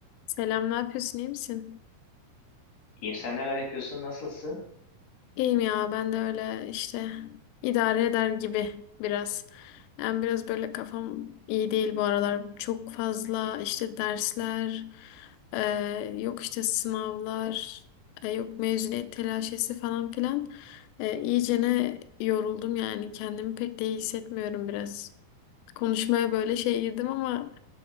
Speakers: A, on the left (about 80°); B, on the left (about 50°).
A: Selam, ne yapıyorsun, İyi misin?
B: İyiyim, sen neler yapıyorsun, nasılsın?
A: İyiyim ya, ben de öyle işte idare eder gibi biraz. Yani biraz böyle kafam iyi değil bu aralar. Çok fazla işte dersler, e, yok işte sınavlar, e, yok mezuniyet telaşesi falan filan. E, iyicene yoruldum yani kendimi pek de iyi hissetmiyorum biraz. konuşmaya böyle şey girdim ama